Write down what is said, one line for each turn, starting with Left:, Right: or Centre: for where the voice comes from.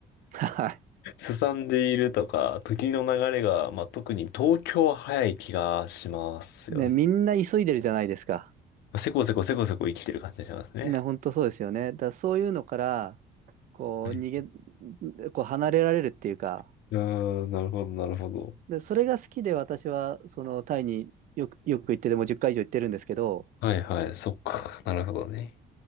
Right: は
Left: すさんでいるとか、時の流れが、まあ、特に東京は早い気がしますよね。
Right: い。ね、みんな急いでるじゃないですか。
Left: せこせこせこせこ生きてる感じがしますね。
Right: ね、本当そうですよね。だからそういうのから、こう、
Left: あ
Right: 逃げ、こう、離れられるっていうか、
Left: <laughs> あー、なるほど、なるほど。
Right: で、それが好きで私は、その、タイによく、よく行ってて、もう10回以上行ってるんですけど、
Left: はいはい、そっか、なるほどね。